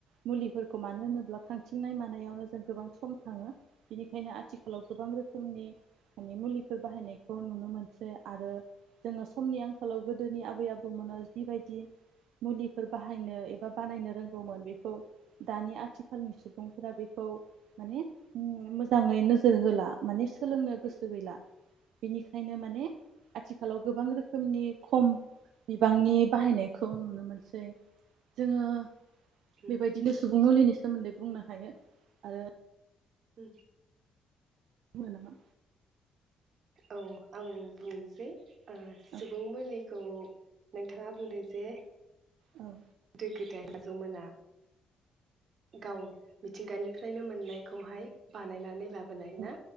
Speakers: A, on the right; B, on the right.
A: मुलिफोरखौ मानो होनोब्ला खांथिंनाय मानायावनो जों गोबां सम थाङो बेनिखायनो आथिखालाव गोबां रोखोमनि माने मुलिफोर बाहायनायखौ नुनो मोनसै आरो जोंङो समनि आंखालाव गोदोनि आबै आबौमोना जिबायदि मुलिफोर बाहायनो एबा बानायनो रोंगौमोन बेखौ दानि आथिखालनिसो सुबुंफोरा बेखौ माने मोजाङै नोजोर होला माने सोलोंनो गोसो गैला बेनिखायनो माने आथिखालाव गोबां रो रोखोमनि खम बिबांनि बाहायनायखौ नुनो मोनसै जोंङो
B: उम
A: बेबायदिनो सुबुं मुलिनि सोमोन्दै बुंनो हायो आरो
B: उम्म
A: बुंङा नामा?
B: औ आं बुंनोसै। ओ
A: औ
B: सुबुं मुलि खौ नोंथांङा बुंदों जे
A: औ
B: गो गोदाय आजौमोना गाव मिथिंगानिफ्रायनो मोननायखौहाय बानायनानै ला बोनाय
A: औ
B: ना